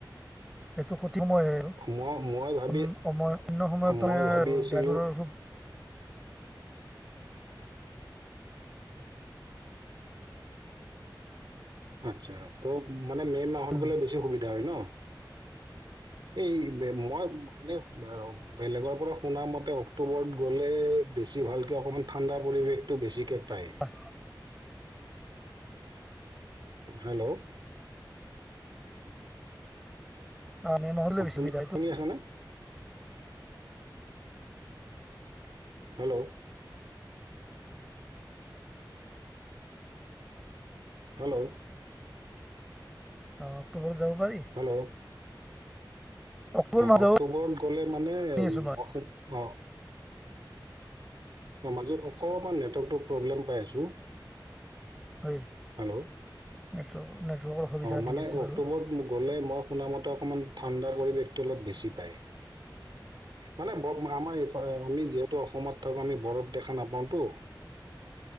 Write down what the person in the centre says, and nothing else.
সেইটো সঠিক সময়ে আৰু
উম অন্য সময়ত
মানে
গাড়ীবোৰৰ খুব
উম,
হয়।
মে' মাহত গ'লে
বেছি
সুবিধা হয়। এইটো
অ', অক্টোবৰত যাব পাৰি।
অক্টোবৰ
মাহ
যাব
শুনি আছোঁ মই
হয়।
নেটৱৰ্কৰ, নেটৱৰ্কৰ অসুবিধা
দি আছে
বাৰু।